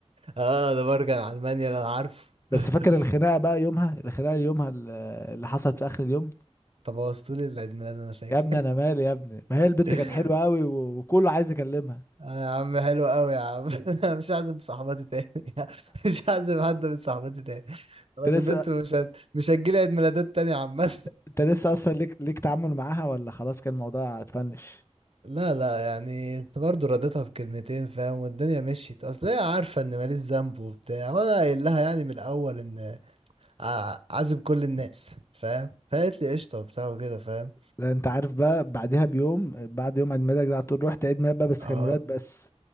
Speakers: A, on the right (about 55°); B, on the left (about 20°).
A: اه ده برجع على ألمانيا أنا عارفه
B: بس
A: <laughs>
B: فاكر الخناقة بقى يومها الخناقة يومها اللي اللي حصلت في اخر اليوم
A: طب بوظتولي العيد ميلاد أنا فاكر
B: يا ابني انا مالي يا ابني ما هي البنت
A: <laughs>
B: كانت حلوه قوي وكله عايز يكلمها
A: آه يا عم حلو قوي يا عم <laughs> مش هعزم صاحباتي تاني <laughs> مش هعزم حد من صاحباتي تاني خلاص
B: انت لسه
A: البنت مش هت... مش هتجيلي عيد ميلادات تاني يا عم <laughs>
B: انت لسه اصلا ليك ليك تعامل معاها ولا خلاص كان الموضوع اتفنش
A: لا لا يعني انت برضه رديتها بكلمتين فاهم والدنيا مشيت اصل هي عارفه ان ماليش ذنب وبتاع وانا قايل لها يعني من الاول ان ع- عازم كل الناس فاهم فقالت لي قشطه وبتاع وكده فاهم
B: لا انت عارف بقى بعدها بيوم بعد يوم عيد ميلادك ده على طول رحت عيد ميلاد بقى بس
A: اه
B: كان ولاد بس